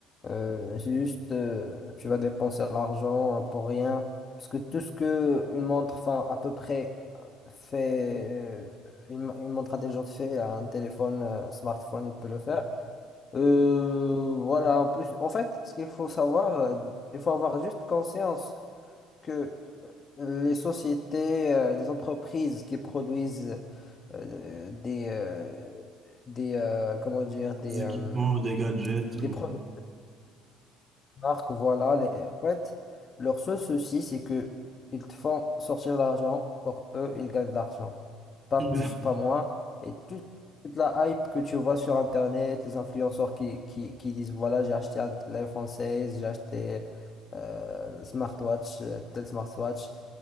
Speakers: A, on the left (about 25°); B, on the right (about 20°).
A: Euh, c'est juste, euh, tu vas dépenser l'argent euh, pour rien. Parce que tout ce que une montre, enfin, à peu près, euh, fait, euh, une, une montre intelligente fait, un téléphone, euh, smartphone, il peut le faire. Euh, voilà, en plus, en fait, ce qu'il faut savoir, euh, il faut avoir juste conscience que les sociétés, euh, les entreprises qui produisent euh, des, euh, des euh, comment dire, des,
B: Des
A: euh,
B: équipements ou des gadgets.
A: des
B: ou-
A: produits marques, voilà. les- En fait, leur seul souci, c'est que ils te font sortir l'argent. Pour eux, ils gagnent de l'argent. Pas
B: <laughs>
A: plus, pas moins. Et tout- toute la hype que tu vois sur Internet, les influenceurs qui, qui, qui disent, voilà, j'ai acheté un- l'iPhone 16, j'ai acheté euh, le smartwatch, euh, tel smartwatch.